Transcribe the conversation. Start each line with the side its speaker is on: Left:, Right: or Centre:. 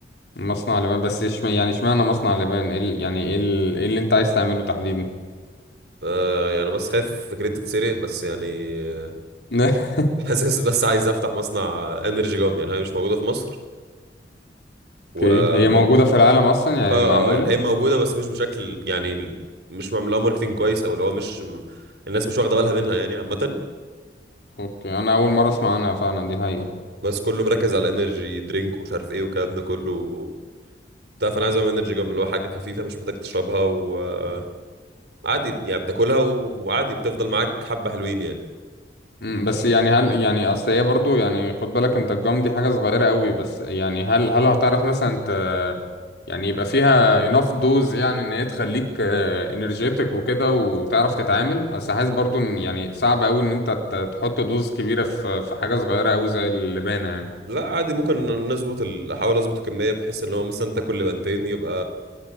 Left: مصنع لبان بس ايش يعني اشمعنى مصنع لبان ايه ال... يعني ايه ال... ايه اللي انت عايز تعمله تحديدا
Right: آه يعني أنا بس خايف فكرتي تتسرق بس يعني آه،
Left: <laughs>
Right: <laughs> حاسس بس عايز افتح مصنع انرجي جام يعني هي مش موجوده في مصر و
Left: اوكي هي موجودة
Right: مو...
Left: في العالم اصلا يعني
Right: اه
Left: معمولة
Right: آه، يعني هي موجوده بس مش بشكل يعني ال- مش معمول لها ماركتنج كويس او اللي هو مش الناس مش واخده بالها منها يعني عامه
Left: اوكي انا اول مرة اسمع عنها فعلا دي حقيقة
Right: بس كله مركز على انرجي درينك ومش عارف ايه والكلام ده كله بتاع فانا عايز اعمل انرجي جام اللي هو حاجه خفيفه مش محتاج تشربها وعادي يعني بتاكلها و... وعادي بتفضل معاك حبه حلوين يعني
Left: مم، بس يعني هل يعني اصل هي برضو يعني خد بالك انت الجام دي حاجة صغيرة قوي بس يعني هل هل هتعرف مثلا ت يعني يبقى فيها enough dose يعني ان هي تخليك انرجيتك وكده وتعرف تتعامل اصل حاسس برضو ان يعني صعب قوي ان انت ت- تحط دوز كبيرة في في حاجة صغيرة قوي زي اللبانة يعني
Right: لا عادي ممكن نظبط ال... احاول اظبط الكميه بحيث ان هو مثلا انت كل بنتين يبقى